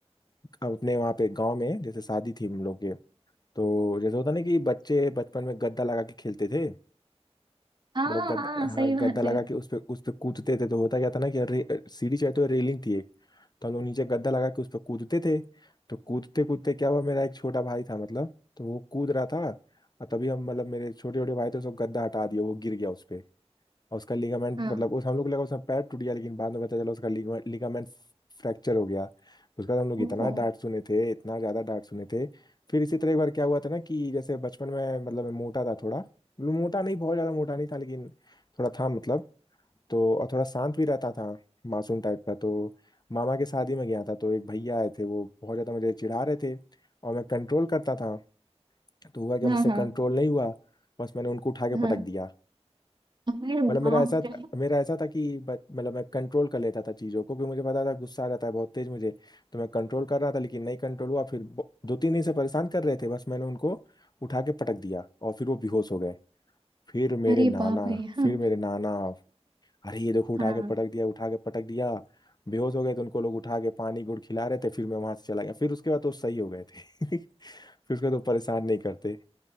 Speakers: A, on the left (about 40°); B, on the right (about 45°).
A: अपने वहाँ पे गांव में जैसे शादी थी हम लोग के तो जैसे होता ना कि बच्चे बचपन में गद्दा लगा के खेलते थे
B: हाँ
A: मतलब गद्दा
B: हाँ
A: हाँ,
B: सही बात
A: गद्दा लगा
B: है
A: के उस पे उस पे कूदते थे तो होता क्या था ना कि रे, सीढ़ी चाहे तो रेलिंग थी एक तो हम लोग नीचे गद्दा लगा के उस पे कूदते थे तो कूदते कूदते क्या हुआ मेरा एक छोटा भाई था मतलब तो वो कूद रहा था और तभी हम मतलब मेरे छोटे छोटे भाई थे उसको गद्दा हटा दिया वो गिर गया उस पे और उसका लिगामेंट
B: हाँ
A: मतलब उस हम लोग को लगा उसका पैर टूट गया लेकिन बाद में पता चला उसका लिगामेंट फ्रैक्चर हो गया उसके बाद हम लोग इतना
B: ओप्पो
A: डांट सुने थे इतना ज्यादा डांट सुने थे फिर इसी तरह एक बार क्या हुआ था ना कि जैसे बचपन में मतलब मैं मोटा था थोड़ा मतलब मोटा नहीं बहुत ज्यादा मोटा नहीं था लेकिन थोड़ा था मतलब तो और थोड़ा शांत भी रहता था मासूम टाइप का तो मामा के शादी में गया था तो एक भैया आए थे वो बहुत ज्यादा मुझे चिढ़ा रहे थे और मैं कंट्रोल करता था तो हुआ क्या
B: हाँ
A: मुझसे
B: हाँ
A: कंट्रोल
B: हाँ
A: नहीं हुआ बस मैंने उनको उठा के
B: हाँ
A: पटक दिया
B: अरे बाप
A: मतलब मेरा ऐसा
B: रे
A: मेरा ऐसा था कि ब- मतलब मैं कंट्रोल कर लेता था चीज़ों को क्योंकि मुझे पता था गुस्सा आ जाता है बहुत तेज मुझे तो मैं कंट्रोल कर रहा था लेकिन नहीं कंट्रोल हुआ फिर ब- दो तीन दिन से परेशान कर रहे थे बस मैंने उनको उठा के पटक दिया और फिर वो बेहोश हो गए फिर मेरे
B: अरे
A: नाना
B: बाप रे हाँ
A: फिर मेरे नाना अरे ये देखो उठा
B: हाँ
A: के पटक दिया उठा के पटक दिया बेहोश हो गए तो उनको लोग उठा के पानी गुड़ खिला रहे थे फिर मैं वहां से चला गया फिर उसके बाद तो सही हो गए थे <laughs> फिर उसके बाद तो परेशान नहीं करते